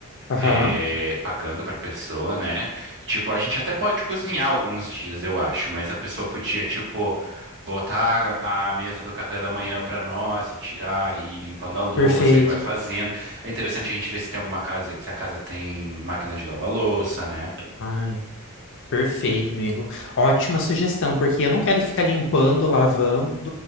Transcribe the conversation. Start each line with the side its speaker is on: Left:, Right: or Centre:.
Left: Aham.
Right: é, pagando para pessoa, né? Tipo, a gente até pode cozinhar alguns dias, eu acho, mas a pessoa podia, tipo, botar a a mesa do café da manhã para nós e tirar e ir limpando a louça
Left: Perfeito.
Right: que vai fazendo. É interessante a gente ver se tem alguma casa, se a casa tem máquina de lavar louça, né?
Left: Ai, perfeito, amigo. Ótima sugestão, porque eu não quero ficar limpando, lavando.